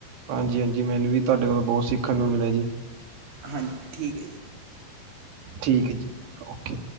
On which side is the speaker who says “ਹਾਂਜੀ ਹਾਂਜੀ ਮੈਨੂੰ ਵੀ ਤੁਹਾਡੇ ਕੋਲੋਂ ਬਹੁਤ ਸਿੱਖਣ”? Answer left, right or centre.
Right